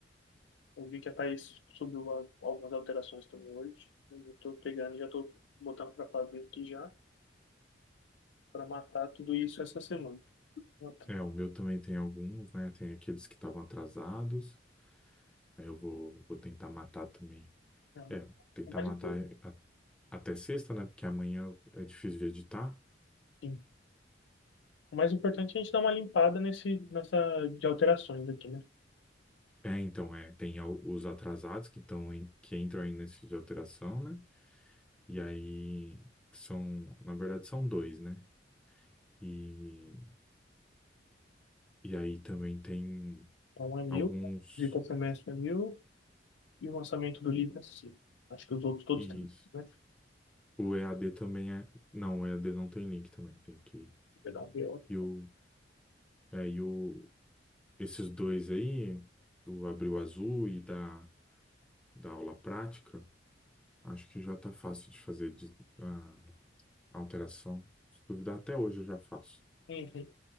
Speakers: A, on the left; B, in the centre.
A: Eu vi que a Thaís subiu a- algumas alterações também hoje, mas eu tô pegando, e já tô botando pra fazer aqui já, pra matar tudo isso essa semana. Então,
B: É, o meu também tem alguns, né? Tem aqueles que estavam atrasados. Aí eu vou, vou tentar matar também.
A: é,
B: É, tentar
A: O mais,
B: matar
A: impor-
B: a- até sexta, né? Porque amanhã é difícil de editar.
A: sim. O mais importante é a gente dar uma limpada nesse, nessa de alterações aqui, né?
B: É, então, é, tem al- os atrasados que estão em- que entram aí nesse de alteração, né? E aí que são, na verdade, são dois, né? E, e aí também tem
A: Então um é mil,
B: alguns.
A: visita semestre é mil. E o lançamento do livro
B: E,
A: é assim. Acho que os outros todos
B: e
A: têm,
B: isso.
A: né?
B: O EAD também é. Não, o EAD não tem link também, tem que.
A: Pedal viola.
B: E o, é, e o, Esses dois aí, do Abril Azul e da, da aula prática, acho que já tá fácil de fazer de, a alteração. Se duvidar, até hoje eu já faço.
A: Uhum.